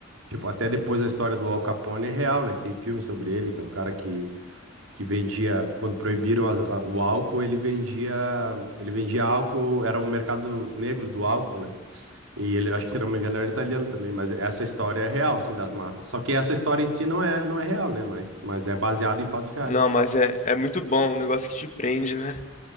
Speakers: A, on the right; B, on the left.
A: Tipo, até depois a história do Al Capone é real, né? Que tem filme sobre ele, que é um cara que, que vendia, quando proibiram as- a- o álcool, ele vendia, ele vendia álcool, era o mercado negro do álcool, né? E ele, acho que se não me engano, era italiano também, mas essa história é real, assim, das máfias. Só que essa história em si não é, não é real, né? Mas, mas é baseada em fatos reais.
B: Não, mas é, é muito bom, um negócio que te prende, né?